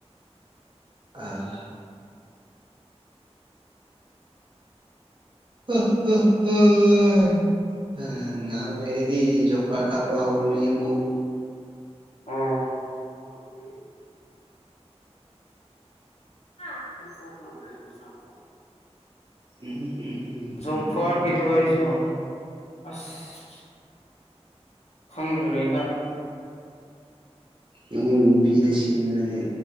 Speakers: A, on the right; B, on the left.
A: ꯑꯥ ꯑꯣꯑꯣ ꯑꯣ ꯑꯣ ꯎ ꯉꯥꯏꯍꯥꯛ ꯂꯩꯗꯤ ꯖꯣꯕ ꯀꯥꯔꯗ ꯀꯥꯞꯄ ꯍꯧꯔꯅꯤ ꯑꯃꯨꯛ
B: ꯑꯣ <unintelligible>
A: ꯎꯝ ꯎꯝ
B: ꯖꯣꯕ
A: ꯎꯝ ꯎꯝ
B: ꯀꯥꯔꯗꯀꯤꯗꯣ
A: ꯎꯝ ꯎꯝ
B: ꯑꯩꯁꯨ
A: ꯎꯝ
B: ꯑꯁ ꯈꯪꯗ꯭ꯔꯦꯗ
A: ꯅꯪ ꯅꯨꯄꯤꯗ ꯁꯤꯗꯤ